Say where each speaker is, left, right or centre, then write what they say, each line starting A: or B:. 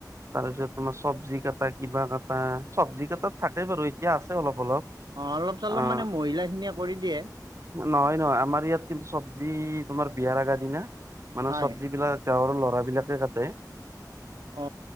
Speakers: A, on the right; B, on the right.
A: তাৰপিছত তোমাৰ চব্জি কাটা, কিবা কাটা, চব্জি কাটাত থাকেই বাৰু এতিয়া আছে অলপ অলপ।
B: অ অলপ চলপ
A: অ
B: মানে মহিলা খিনিয়ে কৰি দিয়ে।
A: নহয় নহয় আমাৰ ইয়াত কিন্তু চব্জি তোমাৰ বিয়াৰ আগাৰ দিনা মানে
B: হয়
A: চব্জিবিলাক গাঁৱৰ ল'ৰাবিলাকে কাটে।
B: অ।